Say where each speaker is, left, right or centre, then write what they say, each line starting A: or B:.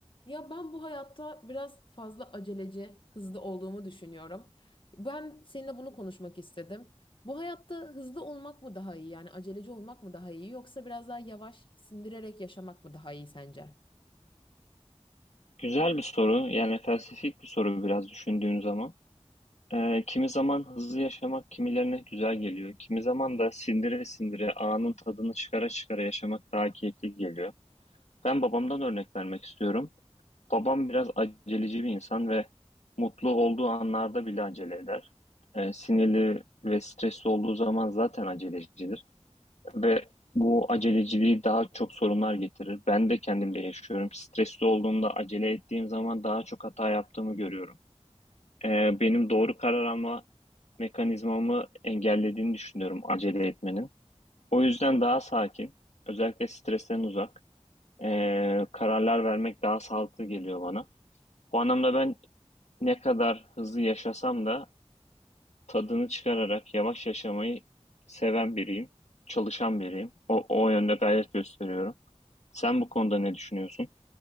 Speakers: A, on the left; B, on the left.
A: Ya ben bu hayatta biraz fazla aceleci, hızlı olduğumu düşünüyorum. Ben seninle bunu konuşmak istedim. Bu hayatta hızlı olmak mı daha iyi yani aceleci olmak mı daha iyi yoksa biraz daha yavaş sindirerek yaşamak mı daha iyi sence?
B: Güzel bir soru. Yani felsefik bir soru biraz düşündüğün zaman. Ee, kimi zaman hızlı yaşamak kimilerine güzel geliyor. Kimi zaman da sindire sindire anın tadını çıkara çıkara yaşamak daha keyifli geliyor. Ben babamdan örnek vermek istiyorum. Babam biraz aceleci bir insan ve mutlu olduğu anlarda bile acele eder. Ee, sinirli ve stresli olduğu zaman zaten acelecidir. Ve bu aceleciliği daha çok sorunlar getirir. Ben de kendimde yaşıyorum. Stresli olduğumda acele ettiğim zaman daha çok hata yaptığımı görüyorum. Ee, benim doğru karar alma mekanizmamı engellediğini düşünüyorum acele etmenin. O yüzden daha sakin, özellikle stresten uzak ee, kararlar vermek daha sağlıklı geliyor bana. Bu anlamda ben ne kadar hızlı yaşasam da tadını çıkararak yavaş yaşamayı seven biriyim, çalışan biriyim. O, o yönde gayret gösteriyorum. Sen bu konuda ne düşünüyorsun?